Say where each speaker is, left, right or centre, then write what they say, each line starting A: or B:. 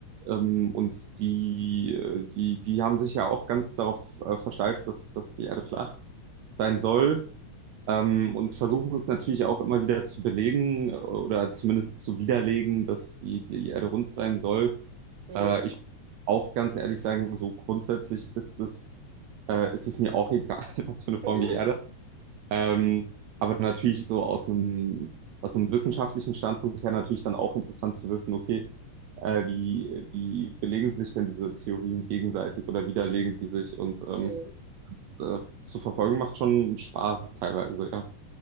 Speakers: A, on the right (about 70°); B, on the right (about 55°).
A: ähm, und die, äh, die, die haben sich ja auch ganz darauf äh, versteift, dass, dass die Erde flach sein soll. Ähm, und versuchen es natürlich auch immer wieder zu belegen äh, oder zumindest zu widerlegen, dass die, die Erde rund sein soll.
B: Hm.
A: Äh, ich auch ganz ehrlich sagen, so grundsätzlich ist es äh, ist es mir auch egal, <laughs> was für eine Form
B: <laughs>
A: die Erde hat. Ähm, aber natürlich so aus einem, aus einem wissenschaftlichen Standpunkt her natürlich dann auch interessant zu wissen, okay, äh, wie, wie belegen sich denn diese Theorien gegenseitig oder widerlegen die sich? Und ähm,
B: Hm.
A: äh, zu verfolgen macht schon Spaß teilweise, ja.